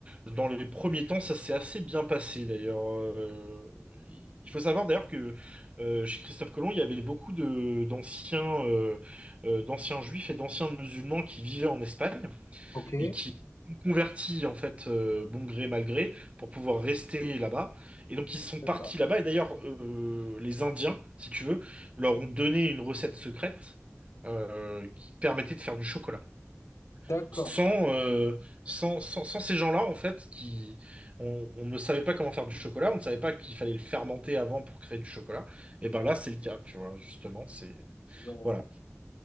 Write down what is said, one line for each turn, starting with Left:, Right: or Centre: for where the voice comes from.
Right: dans les premiers temps, ça s'est assez bien passé d'ailleurs. Euh, il faut savoir d'ailleurs que euh, chez Christophe Colomb, il y avait beaucoup de, d'anciens euh, euh, d'anciens juifs et d'anciens musulmans qui vivaient en Espagne
Left: ok,
Right: et qui ont converti en fait euh, bon gré mal gré pour pouvoir rester là-bas. Et donc ils sont
Left: d'accord,
Right: partis là-bas. Et d'ailleurs, euh, les Indiens, si tu veux, leur ont donné une recette secrète euh, qui permettait de faire du chocolat.
Left: d'accord,
Right: Sans,
Left: d'accord,
Right: euh, sans, sans, sans ces gens-là, en fait, qui, on, on ne savait pas comment faire du chocolat, on ne savait pas qu'il fallait le fermenter avant pour créer du chocolat. Et ben là, c'est le cas, tu vois, justement, c'est...
Left: ouais.
Right: Voilà.